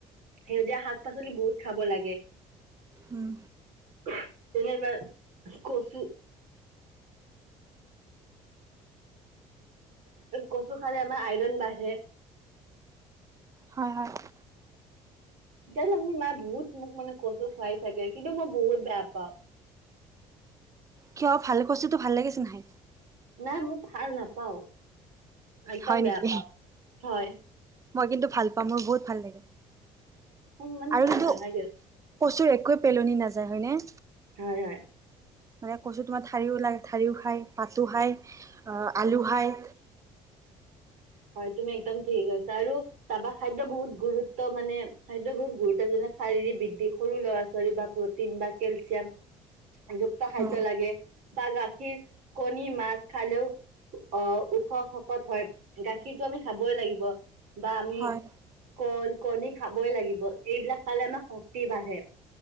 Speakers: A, on the right; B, on the right.
A: সেউজীয়া শাক। শাক -পাচলি বহুত খাব লাগে।
B: উম।
A: <unintelligible> কচু খালে আমাৰ আইৰন বাঢ়ে।
B: হয়, হয়।
A: তেতিয়াহ'লে মোৰ মায়ে বহুত মোক মানে কচু খুৱাই থাকে, কিন্তু মই বহুত বেয়া পাওঁ।
B: কিয় ভাল কচুটো ভাল লাগে চোন খাই।
A: নাই মোক ভাল নাপাওঁ, একদম
B: হয়
A: বেয়া
B: নেকি
A: পাওঁ, হয়।
B: মই কিন্তু ভাল পাওঁ, মোৰ বহুত ভাল লাগে,
A: মোক মানে
B: আৰু
A: ভাল
B: কিন্তু
A: নালাগে।
B: কচুৰ একোৱে পেলনি নাযায়, হয়নে?
A: হয়, হয়।
B: মানে কচু তোমাৰ ঠাৰিও লা, ঠাৰিও খায়, পাতো খায়, আলু খায়।
A: <inaudible> হয়' তুমি একদম ঠিকেই কৈছা আৰু। চাবা খাদ্য বহুত গুৰুত্ব মানে, খাদ্য বহুত গুৰুত্ব যেনে- শাৰীৰিক বৃদ্ধি, সৰু ল'ৰা ছোৱালী বা। প্ৰটিন বা কেলচিয়াম, যুক্ত খাদ্য
B: অ,
A: লাগে। বা গাখীৰ, কণী, মাছ খালেও অ' ওখ, শকত হয়। গাখীৰটো আমি খাবই লাগিব বা আমি
B: হয়
A: কল, কণী খাবই লাগিব। এইবিলাক খালে আমাৰ শক্তি বাঢ়ে,